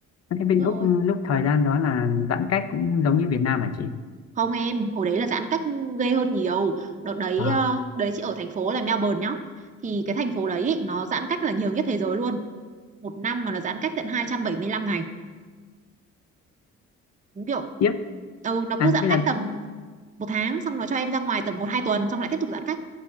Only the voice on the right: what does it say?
Đúng
rồi.
không em hồi đấy là giãn cách ghê hơn nhiều đợt đấy
ờ, đấy chị ở thành phố là Melbourne nhá thì cái thành phố đấy ý, nó giãn cách là nhiều nhất thế giới luôn một năm mà nó giãn cách tận 275 ngày đúng kiểu
ừ, nó
cứ giãn
cách tầm một tháng xong nó cho em ra ngoài tầm một hai tuần xong lại tiếp tục giãn cách